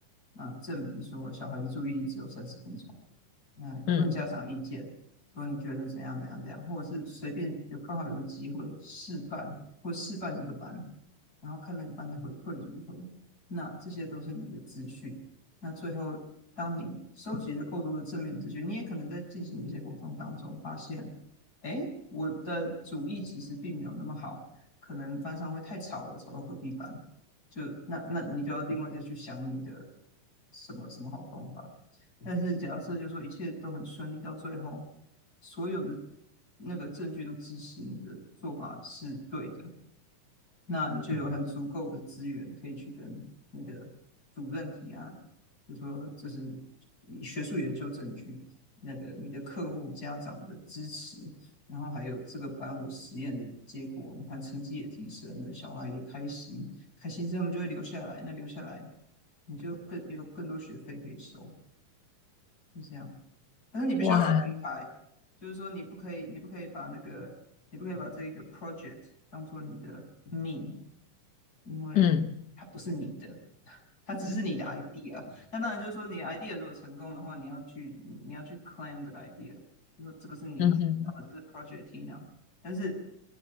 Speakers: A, on the left; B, on the left.
A: 啊、呃证明说小孩的注意力只有三十分钟，哎，
B: 嗯，
A: 问家长意见，说你觉得怎样怎样怎样，或者是随便有刚好有个机会试办或试办一个班，然后看那个班的回馈如何。那这些都是你的资讯。那最后，当你收集了够多的正面资讯，你也可能在进行一些活动当中发现，哎，我的主意其实并没有那么好，可能班上会太吵了，吵到隔壁班。就那那你就要另外再去想你的什么什么好方法。但是假设就说一切都很顺利，到最后所有的那个证据都支持你的做法是对的，那你就有很足够的资源可以去跟你的主任提案，就说这是你学术研究证据，那个你的客户、家长的支持，然后还有这个班我实验的结果，你看成绩也提升了，小孩也开心，开心之后他们就会留下来，那留下来你就更有更多学费可以收，就这样。但是你必须要把它分开，
B: 哇，
A: 就是说你不可以，你不可以把那个，你不可以把这个 project 当做你的命，因为它不是你的，
B: 嗯
A: <laughs> 它只是你的 idea。那当然就是说，你的 idea 如果成功的话，你要去你要去 claim 这个 idea，就说这个是你的，
B: 嗯哼，嗯
A: 然后这是 Project Tina。但是